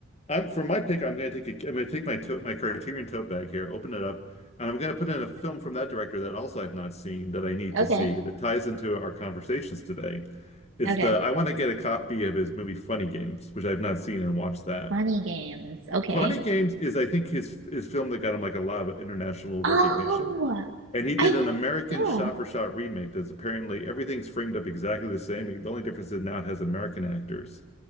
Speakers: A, on the left; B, on the right.
A: I'm for my pick. I'm going to take a, I'm going to take my tote, my Criterion tote bag here, open it up, and I'm going to put in a film from that director that also I've not seen that I need
B: Okay,
A: to see that ties into our conversations today. It's
B: okay.
A: the I want to get a copy of his movie Funny Games, which I've not seen and watch that.
B: Money Games. Okay.
A: Funny Games is I think his his film that got him like a lot of international
B: Oh,
A: recognition. And he did
B: I
A: an American
B: yeah
A: shot-for-shot remake that's apparently everything's framed up exactly the same. The only difference is now it has American actors.